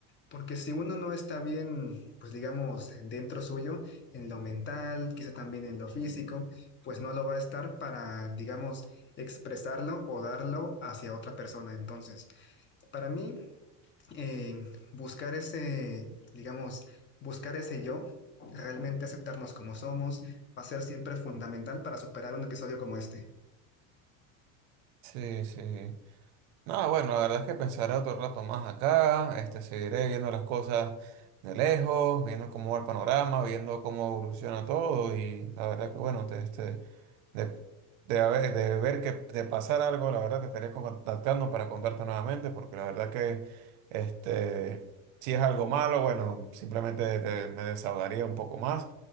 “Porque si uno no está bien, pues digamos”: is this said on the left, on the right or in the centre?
Left